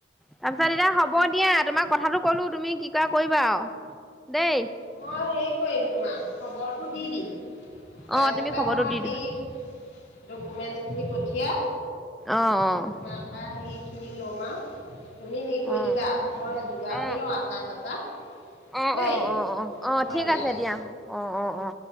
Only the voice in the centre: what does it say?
তাৰপিছত এতিয়া হ'ব দিয়া তোমাক কথাটো ক'লো তুমি কি কৰা কৰিবা আৰু দেই।
অ তুমি খবৰটো
দি
দিবা
অ অ
অ
অ
অ
অ অ অ অ
ঠিক আছে
দিয়া। অ অ অ